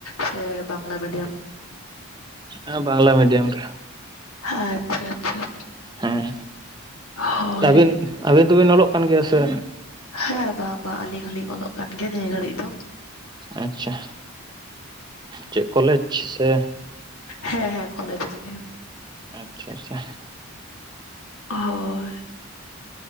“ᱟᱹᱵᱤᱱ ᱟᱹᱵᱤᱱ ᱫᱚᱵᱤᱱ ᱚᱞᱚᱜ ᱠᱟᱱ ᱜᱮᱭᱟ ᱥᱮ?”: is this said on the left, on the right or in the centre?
Right